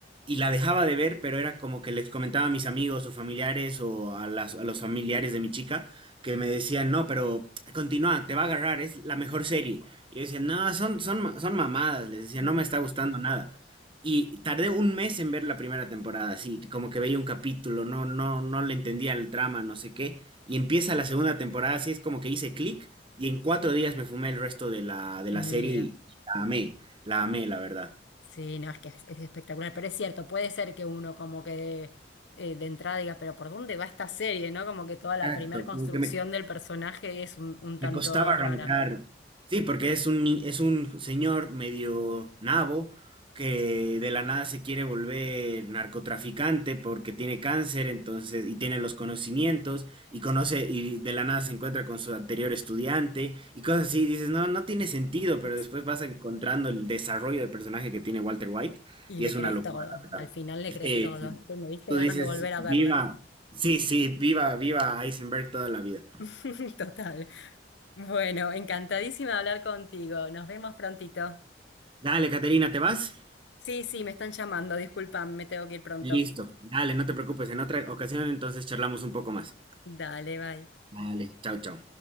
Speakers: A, on the right; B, on the left.
A: Y la dejaba de ver, pero era como que les comentaba a mis amigos o familiares o a las, a los familiares de mi chica que me decían, no, pero continúa, te va a agarrar, es la mejor serie. Y yo decía, no, son, son, ma- son mamadas, les decía,
B: Mm.
A: no me está gustando nada. Y tardé un mes en ver la primera temporada, así, como que veía un capítulo, no, no, no le entendía el trama, no sé qué. Y empieza la segunda temporada, así es como que hice clic y en cuatro días me fumé el resto de la, de
B: Mira.
A: la serie y la amé, la amé, la verdad.
B: Sí, no, es que es, es espectacular, pero es cierto, puede ser que uno como que eh, de entrada diga, pero ¿por dónde va esta serie? ¿No? Como que toda la
A: Exacto,
B: primer construcción
A: como que me,
B: del personaje es un, un tanto
A: me costaba arrancar.
B: rara.
A: Sí, porque es un, ni- es un señor medio nabo que de la nada se quiere volver narcotraficante porque tiene cáncer, entonces, y tiene los conocimientos, y conoce, y de la nada se encuentra con su anterior estudiante, y cosas así, dices, no, no tiene sentido, pero
B: Sí.
A: después vas encontrando el desarrollo de personaje que tiene Walter White,
B: Y
A: y
B: le
A: es
B: crees
A: una locura,
B: todo,
A: la
B: al
A: verdad.
B: final le crees
A: Sí,
B: todo. Pues Me diste
A: Tú
B: ganas
A: dices,
B: de volver a
A: viva.
B: verla.
A: Sí, sí, viva, viva Eisenberg toda la vida.
B: <laughs> Total. Bueno, encantadísima de hablar contigo. Nos vemos prontito.
A: Dale, Caterina, ¿te vas?
B: Sí, sí, me están llamando, disculpan, me tengo que ir pronto.
A: Listo. Dale, no te preocupes. En otra ocasión entonces charlamos un poco más.
B: Dale, bye.
A: Dale, chao, chao.